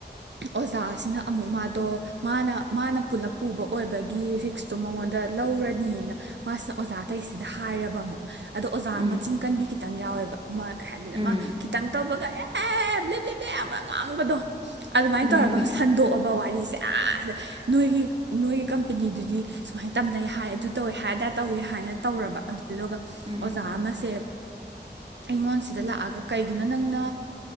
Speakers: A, on the right; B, on the right.
A: ꯑꯣꯖꯥꯁꯤꯅ ꯑꯃꯨꯛ ꯃꯥꯗꯣ ꯃꯥꯅ ꯃꯥꯅ ꯄꯨꯂꯞ ꯄꯨꯕ ꯑꯣꯏꯕꯒꯤ ꯔꯤꯛꯁꯇꯣ ꯃꯉꯣꯟꯗ ꯂꯧꯔꯅꯤꯅ ꯃꯥꯁꯤꯅ ꯑꯣꯖꯥ ꯑꯇꯩꯁꯤꯗ ꯍꯥꯏꯔꯕ ꯑꯃꯨꯛ ꯑꯗꯣ ꯑꯣꯖꯥ
B: ꯎꯝ
A: ꯃꯆꯤꯟ ꯀꯟꯕꯤ ꯈꯤꯇꯪ ꯌꯥꯎꯋꯦꯕ ꯑꯃ ꯀꯩ ꯍꯥꯏꯅꯤꯅ
B: ꯎꯝ
A: ꯑꯃ ꯈꯤꯇꯪ ꯇꯧꯕꯒ ꯑꯦꯞ ꯕꯂ‌ꯦ ꯕꯂ‌ꯦ ꯌꯥꯝ ꯉꯥꯡꯕꯗꯣ ꯑꯗꯨꯃꯥꯏꯅ
B: ꯎꯝ
A: ꯇꯧꯔꯒ ꯁꯟꯗꯣꯛꯑꯕ ꯋꯥꯔꯤꯁꯦ ꯅꯣꯏꯒꯤ ꯅꯣꯏꯒꯤ ꯀꯝꯄꯦꯅꯤꯗꯨꯗꯤ ꯁꯨꯃꯥꯏꯅ ꯇꯝꯅꯩ ꯍꯥꯏ ꯑꯗꯨ ꯇꯧꯋꯦ ꯍꯥꯏ ꯑꯗꯥ ꯇꯧꯋ‌ꯦ ꯍꯥꯏꯅ ꯇꯧꯔꯕ ꯑꯗꯨꯗꯨꯒ
B: ꯎꯝ
A: ꯑꯣꯖꯥ ꯑꯃꯁꯦ ꯑꯩꯉꯣꯟꯁꯤꯗ ꯂꯥꯛꯑꯒ ꯀꯩꯒꯤꯅꯣ ꯅꯪꯅ